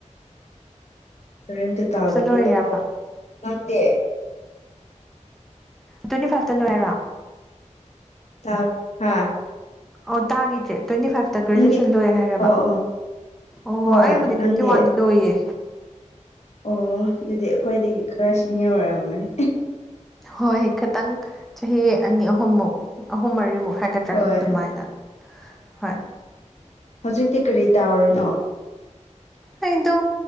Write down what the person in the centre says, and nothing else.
ꯂꯣꯏꯔꯤꯔꯕ
ꯇ꯭ꯋꯦꯟꯤꯥꯏꯞꯇ ꯂꯣꯏꯔꯣ
ꯑꯣ ꯇꯒꯤꯗꯇꯦ ꯇ꯭ꯋꯦꯟꯇ ꯐꯁ ꯇ ꯒ꯭ꯔꯦꯖꯨꯑꯦꯁꯟ
ꯂꯣꯏꯦ ꯍꯥꯏꯔꯕ
ꯑꯣ
ꯑꯩꯕꯨꯗꯤ
ꯇ꯭ꯋꯦꯟꯇꯤ ꯋꯥꯟꯗ ꯂꯣꯏꯌꯦ
ꯍꯣꯏ ꯈꯤꯇꯪ ꯆꯍꯤ ꯑꯅꯤ ꯑꯍꯨꯝꯃꯨꯛ ꯑꯍꯨꯝ ꯃꯔꯤꯃꯨꯛ ꯍꯥꯏꯒꯠ ꯅꯠꯇ꯭ꯔꯥ
ꯑꯗꯨꯃꯥꯏꯅ ꯍꯣꯏ
ꯑꯩꯗꯣ